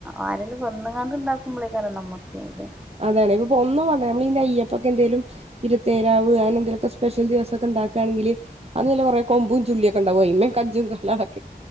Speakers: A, in the centre; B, on the right.
A: ആരരെലും കൊന്ന് കാണ്ട് ഇണ്ടാ കുമ്പളെക്കാരം നമ്മുക്കത്
B: അതാണെ ഇപ്പൊ ഒന്നുംവാണ്ട നമ്മളീ നെയ്യപ്പൊക്കെ എന്തേലും ഇരുത്തേരാവ് അനെന്തെലൊക്കെ സ്പെഷ്യൽ ദിവസക്കെ ഉണ്ടാക്കാണെങ്കില് അന്നില്ല കൊറ കൊമ്പും ചുള്ളിയൊക്കെണ്ടാവും അയിമ്മേ കജും കാലാക്കി